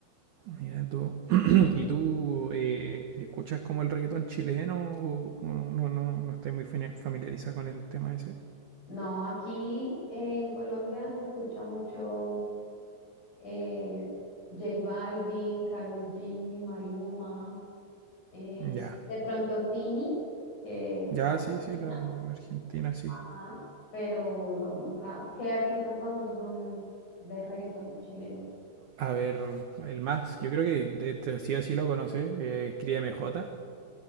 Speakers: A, on the right; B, on the left.
A: mira tú. <clears throat> <coughs> ¿Y tú eh, escuchas como el reggaetón chileno o no, no, no, no estás muy fami- familiarizada con el tema ese?
B: No, aquí en Colombia se escucha mucho eh, J Balvin, Karol G, Maluma, eh,
A: Ya,
B: de pronto Tini, que es
A: ya,
B: argentina,
A: sí, sí, la, la Argentina sí.
B: ajá, pero no, nunca. ¿Qué artistas famosos son de reggaetón chileno?
A: A ver, el más, yo creo que de, de- sí o sí lo conoces, eh, Cría M J